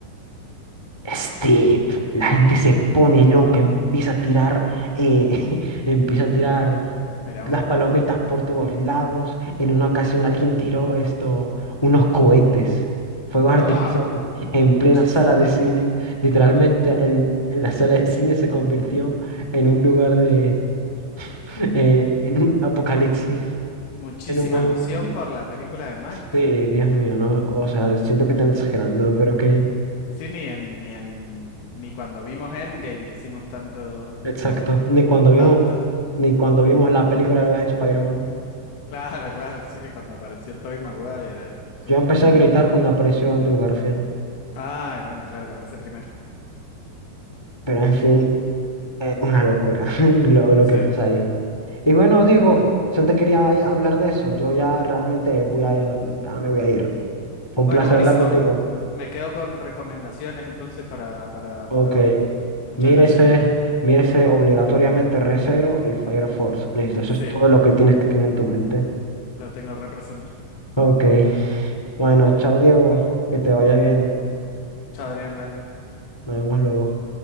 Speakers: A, on the left; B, on the left.
A: Steve, la gente se pone loca, empieza a tirar, eh, <laughs> empieza a tirar
B: mira
A: las
B: vos.
A: palomitas por todos lados. En una ocasión alguien tiró esto, unos cohetes, fuegos artificiales,
B: Ah,
A: en plena
B: muchis-
A: sala de cine. Literalmente el- la sala de cine se convirtió en un lugar de, eh, en un apocalipsis,
B: muchísima
A: en un momento.
B: emoción por la película de Minecraft.
A: Sí, Dios mío, no, o sea, siento que están exagerando, pero ok.
B: Sí, ni en, ni en, ni cuando vimos Endgame hicimos tanto,
A: Exacto, ni cuando vimos,
B: tanto.
A: ni cuando vimos la película de los Spider-Man.
B: Claro, claro, sí, cuando apareció Tobey Maguire ahí, claro.
A: Yo empecé a gritar cuando apareció Andrew Garfield,
B: Ay, bueno, claro que aparece primero.
A: pero en fin, eh, una locura <laughs> lo, lo
B: Sí.
A: que pasa ahí. Y bueno, Diego, solo te quería ahí hablar de eso. Yo ya realmente voy a, ya me voy a ir. Fue un
B: Bueno,
A: placer
B: buenísimo.
A: hablar contigo.
B: Me quedo con recomendaciones entonces para, para
A: Ok,
B: poder ver. Muchas
A: mírese,
B: gracias, Adrián.
A: mírese obligatoriamente Re:Zero y Fire Force. Listo, eso
B: Sí,
A: es todo lo que tienes que tener en tu mente.
B: lo tengo represente.
A: Ok, bueno, chao Diego, que te vaya bien.
B: Chadrián, dale.
A: Nos vemos luego.